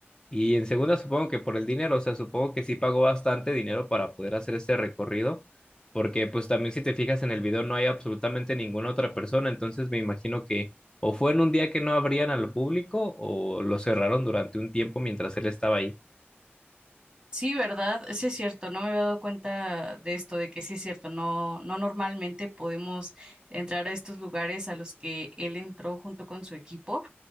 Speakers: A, on the left; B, on the right.
A: Y en segunda, supongo que por el dinero, o sea, supongo que sí pagó bastante dinero para poder hacer este recorrido, porque pues también si te fijas en el video no hay absolutamente ninguna otra persona, entonces me imagino que o fue en un día que no abrían al público o lo cerraron durante un tiempo mientras él estaba ahí.
B: Sí, ¿verdad? Sí es cierto, no me había dado cuenta de esto, de que sí es cierto, no, no normalmente podemos entrar a estos lugares a los que él entró junto con su equipo.